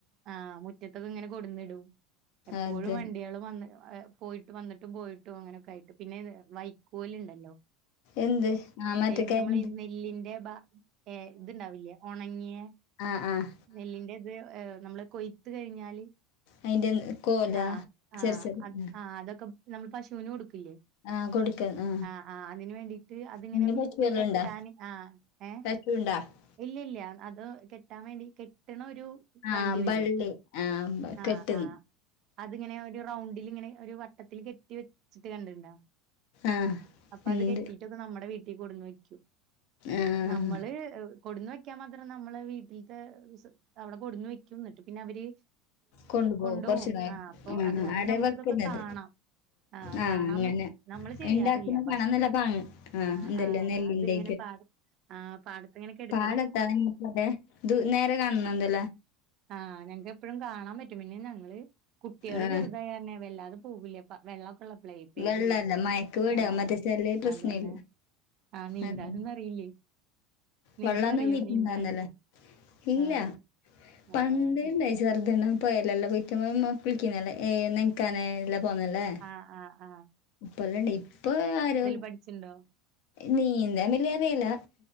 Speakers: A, on the right; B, on the left.
A: ആഹ് ആഹ് മുറ്റത്തൊക്കെ ഇങ്ങനെ കൊടന്നിടും എപ്പോഴും
B: അത്
A: വണ്ടികൾ വന്ന് പോയിട്ട് വന്നിട്ടും പോയിട്ടും, അങ്ങനെയൊക്കെ ആയിട്ട് പിന്നെ വൈക്കോലുണ്ടല്ലോ.
B: എന്ത് ആ മറ്റേ
A: ഏ
B: കരിമ്പ്
A: നമ്മളി നെല്ലിന്റെ ബ ഏ ഇതുണ്ടാവില്ല ഉണങ്ങിയ
B: ആഹ് ആഹ്
A: നെല്ലിന്റെ ഇത് നമ്മൾ കൊയ്ത്ത് കഴിഞ്ഞാല്
B: അയിന്റെ കോലാ
A: ആഹ് ആഹ്
B: ചെറ് ചെറ് ആ
A: ആഹ് അതൊക്കെ നമ്മൾ പശുവിന് കൊടുക്കില്ലേ
B: ആ കൊടുക്ക ആ
A: ആഹ് ആഹ് അതിന് വേണ്ടിട്ട് അതിങ്ങനെ
B: പിന്നെ പശുവെല്ലാം
A: ഇപ്പ കെട്ടാൻ
B: ഉണ്ടാ
A: ആഹ് ഏഹ്
B: <unintelligible>
A: ഇല്ല ഇല്ല അത് കെട്ടാൻ വേണ്ടി കെട്ടണ ഒരു,
B: ആഹാ
A: വണ്ടി
B: ബള്ളി
A: വരും
B: ആഹാ
A: ആഹ്
B: കെട്ട്.
A: ആഹ് അതിങ്ങനെ ഒരു റൗണ്ടിൽിങ്ങനെ ഒരു വട്ടത്തിൽ കെട്ടി വെച്ചിട്ട് കണ്ടിട്ട്ണ്ടാ?
B: ആ
A: അപ്പൊ അത്
B: ഉണ്ട്
A: കെട്ടിട്ടൊക്കെ നമ്മുടെ വീട്ടിൽ കൊടുന്ന് വെക്കും
B: ആ
A: നമ്മള് കൊടുന്ന് വെക്കാൻ മാത്രേ നമ്മളെ വീട്ടിലത്തെ അവിടെ കൊടിന്നു വെക്കുംന്നിട്ട് പിന്നെ അവര്
B: കൊണ്ടുപോകും
A: കൊണ്ടോകും
B: കുറച്ചു നേരം
A: ആ അപ്പൊ അത് കാരണം
B: ആടെ
A: നമുക്ക്
B: വെക്കുന്നത്
A: ക്കെ കാണാം. ആഹാ
B: ആ
A: കാണാൻ
B: അങ്ങനെ
A: പറ്റും, നമ്മള് ചെയ്യാറില്ല
B: ഉണ്ടാക്കുന്ന
A: പക്ഷെ
B: കാണാൻ നല്ല പാങ് ആ
A: ആഹാ
B: എന്തല്ല
A: ആഹാ
B: നെല്ലിന്റെ
A: അതിങ്ങനെ പാടത്ത്, ആ് പടത്ത്ത്തെങ്ങനെ കെട്
B: ആടത്താേ <unintelligible> നേരെ കാണുന്നുണ്ട്.
A: ആഹ് ഞങ്ങക്ക് എപ്പഴും കാണാൻ പറ്റും പിന്നെ ഞങ്ങള് കുട്ടികള്
B: ആ
A: ചെറുതായാര് നെ വല്ലാതെ പോകൂല്ല വെള്ളക്കള്ളപ്പോളെ, പേടില്ലേ
B: വെള്ളല്ല മയക്ക് വീടാ
A: ആഹാ
B: മറ്റേ ചെറിയ പ്രശ്നമില്ല
A: അതന്നെ. ആഹ് നീന്താനൊന്നും
B: അതെ
A: അറിയില്ലേ? നിനക്കറിയോ
B: വെള്ളം നിന്നിട്ടിണ്ടന്നല്ലേ.
A: നീന്താൻ
B: ഇല്ല
A: ആഹ്
B: <unintelligible>
A: ആഹ് ഇപ്
B: <inaudible>
A: ആഹാ ആഹാ ആഹാ... !
B: ഇപ്പല്ലണ്ട് ഇപ്പോ ആരും.
A: പഠിച്ചിണ്ടോ
B: നീന്താൻ ലിയ അറിയില്ല